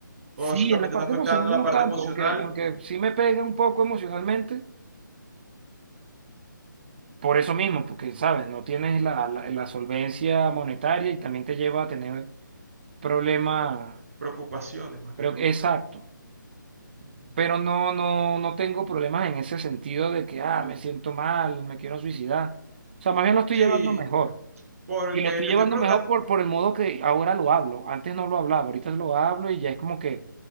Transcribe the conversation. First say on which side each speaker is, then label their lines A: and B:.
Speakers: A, on the right; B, on the right.
A: ¿O
B: Sí,
A: eso también
B: en la parte
A: te está afectando
B: emocional
A: en la
B: no
A: parte
B: tanto,
A: emocional?
B: aunque, aunque sí me pega un poco emocionalmente, por eso mismo, porque, ¿sabes? No tienes la, la, la solvencia monetaria y también te lleva a tener problemas
A: Preocupaciones más que
B: Creo
A: todo.
B: que, exacto.
A: Ujú.
B: Pero no, no, no tengo problemas en ese sentido de que, ah, me siento mal, me quiero suicidar. O sea, más bien lo estoy
A: Sí,
B: llevando mejor.
A: porque
B: Y lo estoy
A: te
B: llevando
A: estoy preguntando.
B: mejor por, por el modo que ahora lo hablo. Antes no lo hablaba, ahorita lo hablo y ya es como que